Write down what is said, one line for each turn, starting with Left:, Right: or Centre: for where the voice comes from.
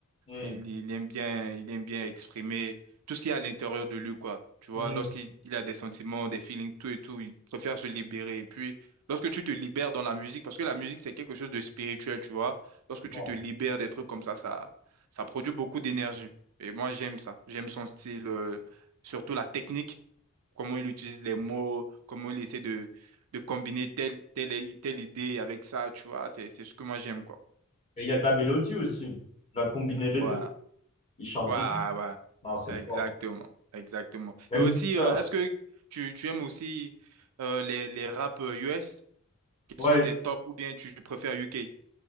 Left: Hmm,
Right: Il, il aime bien, il aime bien exprimer tout ce qu'il y a à l'intérieur de lui, quoi. Tu vois,
Left: hmm,
Right: lorsqu'il il a des sentiments, des feelings, tout et tout, il préfère se libérer. Et puis, lorsque tu te libères dans la musique, parce que la musique, c'est quelque chose de spirituel, tu vois. Lorsque
Left: bon.
Right: tu te libères des trucs comme ça, ça, ça produit beaucoup d'énergie. Et moi, j'aime ça. J'aime son style, euh, surtout la technique, comment il utilise les mots, comment il essaie de, de combiner telle, telle, telle idée avec ça, tu vois. C'est, c'est ce que moi, j'aime, quoi.
Left: Et il y a de la mélodie aussi. On va combiner les
Right: Ouais.
Left: deux. Ils chantent
Right: Ouais,
Left: bien.
Right: ouais,
Left: Non, c'est fort.
Right: exactement, exactement.
Left: Même
Right: Et aussi,
Left: le
Right: euh,
Left: chœur.
Right: est-ce que tu, tu aimes aussi euh, les, les rap euh, US qui
Left: Ouais,
Right: sont tes tops ou bien tu préfères UK?